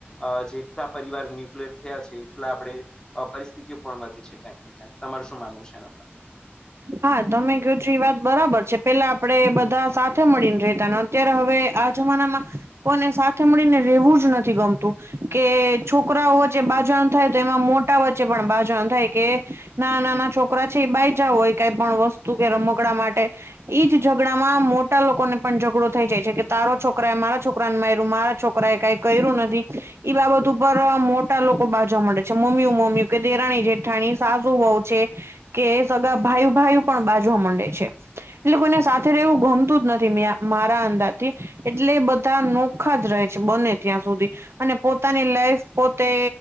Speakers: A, on the left; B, on the right.
A: અ જેટલા પરિવાર ન્યુક્લિયર થયા છે એટલા આપણે પરિસ્થિતિઓ પણ વધી છે, કહી તમાર શું માનનું છે, એના ઉપર?
B: હા, તમે કહો છો એ વાત બરાબર છે, પેલા આપણે બધા સાથે મળીને રેતા ને અત્યારે હવે આ જમાનામાં એલોકોને સાથે મળીને રહેવું જ નથી ગમતું કે છોકરાઓ વચ્ચે બાજણ થાય, તો એમાં મો વચ્ચે પણ બાજન થાય કે નાના-નાના છોકરા છે, એ બાય જાઓ હોય કઈ પણ વસ્તુ કે રમકડા માટે એજ ઝઘડામાં મોટા લોકોને પણ ઝઘડો થઈ જાય છે, કે તારો છોકરા એ મારા છોકરા ને મારયું મારા છોકરા છોકરાએ કઈ કરું નથી ઈ બાબત ઉપર મોટા લોકો બાજુ મળે છે, મમ્મી-મમ્મુ કે દેરાણી-જેઠાણી, સાસુ-બહુ છે કે સગા ભાઈ-ભાઈ પણ બાજવા માંડે છે. એટલે કોઈને સાથે રહેવું ગમતું જ નથી, મે મારા અંદરથી એટલે બધા નોખા જ રહે છે, બને ત્યાં સુધી અને પોતાની લાઈફ પોતે